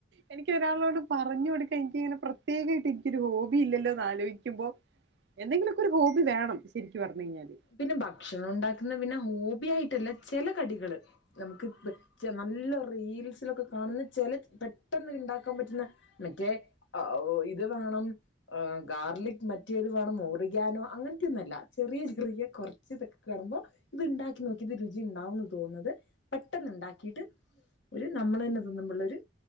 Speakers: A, on the right; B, on the left.
A: എനിക്ക് ഒരാളോട് പറഞ്ഞ് കൊടുക്കാൻ എനിക്ക് ഇങ്ങനെ പ്രത്യേകമായിട്ട് എനിക്കൊരു ഹോബി ഇല്ലല്ലോന്ന് ആലോചിക്കുമ്പോ ആലോചിക്കുമ്പോ എന്തെങ്കിലുമൊക്കെ ഒരു ഹോബി വേണം ശരിക്ക് പറഞ്ഞു കഴിഞ്ഞാല്
B: പിന്നെ ഭക്ഷണം ഉണ്ടാക്കുന്നത് പിന്നെ ഹോബി ആയിട്ടല്ല ചില കടികള് നമുക്ക് നല്ല റീൽസിലൊക്കെ കാണുന്ന ചില പെട്ടെന്ന് ഇണ്ടാക്കാൻ പറ്റുന്ന മറ്റേ ഇത് വാങ്ങണം ഗാർലിക് മറ്റേത് വേണം <unintelligible> അങ്ങനത്തെ ഒന്നുമല്ല ചെറിയ റിയ കുറച്ച് ഇതൊക്കെ കാണുമ്പോ ഇത് ഇണ്ടാക്കി നോക്കി ഇത് രുചി ഉണ്ടാവുമെന്ന് തോന്നുന്നത് പെട്ടെന്ന് ഉണ്ടാക്കിട്ട് ഒരു നമ്മള് തന്നെ തിന്നുമ്പോ ഉള്ളൊരു